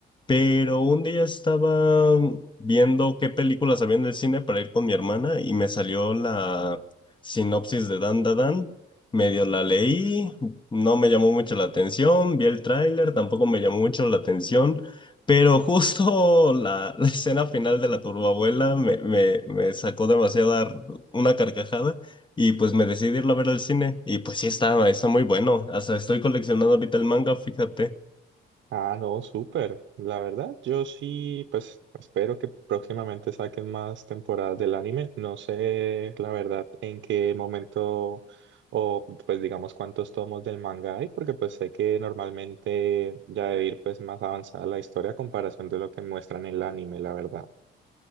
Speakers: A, on the left; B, on the right.
A: Pero un día estaba viendo qué películas había en el cine para ir con mi hermana y me salió la sinopsis de Dan Da Dan. Medio la leí, no me llamó mucho la atención, vi el tráiler, tampoco me llamó mucho la atención, pero justo <laughs> la, la escena final de la turbabuela me, me, me sacó demasiada r- una carcajada y pues me decidí irla a ver al cine y pues sí está, está muy bueno, hasta estoy coleccionando ahorita el manga, fíjate.
B: Ah, no, súper. La verdad, yo sí, pues espero que próximamente saquen más temporadas del anime. No sé, la verdad, en qué momento o pues digamos cuántos tomos del manga hay, porque pues sé que normalmente ya debe ir pues más avanzada la historia a comparación de lo que muestran en el anime, la verdad.